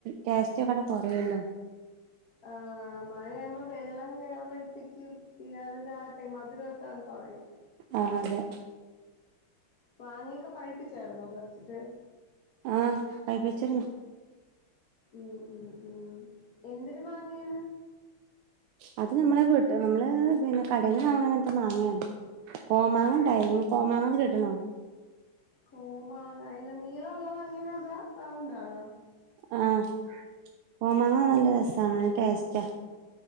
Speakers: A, on the right; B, on the left.
A: ടേസ്റ്റൊക്കണ്ട് കൊറയൊല്ലൊ
B: ആഹ് മഴയാവ്മ്പൊ വെള്ളം കേറുമ്പഴത്തെക്ക് ഈ അതിന്റെ ആട്ടയും മധുരവൊക്കങ്ങ് കൊറയും
A: ആഹ് അതെ
B: മാങ്ങയൊക്കെ പഴ്പ്പിച്ചായിര്ന്നൊ പറ്ച്ചിട്ട്
A: ആഹ് പഴ്പ്പിച്ചിരുന്നു
B: ഉം ഉം ഉം എന്തെര് മാങ്ങേണ്
A: അത് നമ്മളെ വീട്ട് നമ്മള് പിന്ന കടയിന്ന് വാങ്ങ്ണ അങ്ങൻ ത്ത മാങ്ങ്യാണ് കോമാങ്ങ ഇണ്ടായ്നു കോമാങ്ങാന്ന് കേട്ട്ണോ
B: കോമാങ്ങ അല്ല നീളവുള്ള മാങ്ങ്യാണൊ അതോ റൗണ്ടാണൊ
A: ആഹ് കോമാങ്ങ നല്ല രസാണ് നല്ല ടേസ്റ്റ